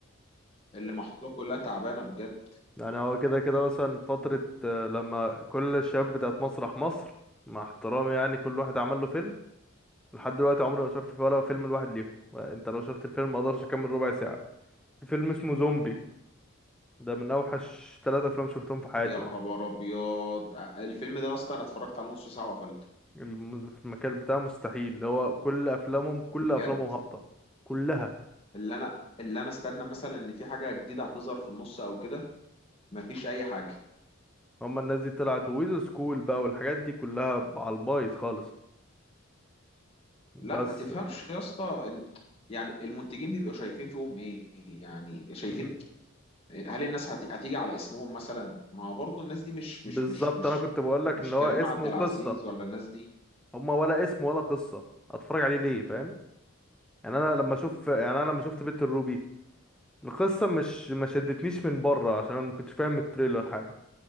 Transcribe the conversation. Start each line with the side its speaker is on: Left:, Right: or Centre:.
Left: اللي محطوطه كلها تعبانه بجد
Centre: يعني هو كده كده مثلا فترة آه، لما كل الشباب بتاعت مسرح مصر مع احترامي يعني كل واحد عمل له فيلم لحد دلوقتي عمري ما شفت فيه ولا فيلم لواحد ليهم يعني انت لو شفت الفيلم ما اقدرش اكمل ربع ساعة في فيلم اسمه زومبي ده من اوحش ثلاثة افلام شفتهم في حياتي
Left: يا خبر
Centre: مثلا
Left: ابيض الفيلم ده اصلا انا اتفرجت على نص ساعه وقفلته
Centre: الم- في المكان بتاعه مستحيل اللي هو كل افلامهم كل
Left: بجد
Centre: افلامهم هابطة كلها
Left: اللي انا اللي انا استنى مثلا ان في حاجه جديده هتظهر في النص او كده مفيش اي حاجه
Centre: هما الناس دي طلعت ويز سكول بقى والحاجات دي كلها ب- على البايظ خالص بس
Left: لا ما تفهمش يا اسطى إن- يعني المنتجين بيبقوا شايفين فيهم ايه يعني شايفين
Centre: مم.
Left: هل الناس هت- هتيجي على اسمهم مثلا ما هو برضه الناس دي مش
Centre: بالظبط
Left: مش مش مش
Centre: انا كنت بقول لك
Left: مش
Centre: ان هو
Left: كريم
Centre: اسمه
Left: عبد العزيز
Centre: قصة
Left: ولا الناس دي
Centre: هما ولا اسم ولا قصة اتفرج عليه ليه فاهم يعني انا لما اشوف يعني انا لما شفت بيت الروبي القصة مش ما شدتنيش من بره عشان انا ما كنتش فاهم من التريلر حاجة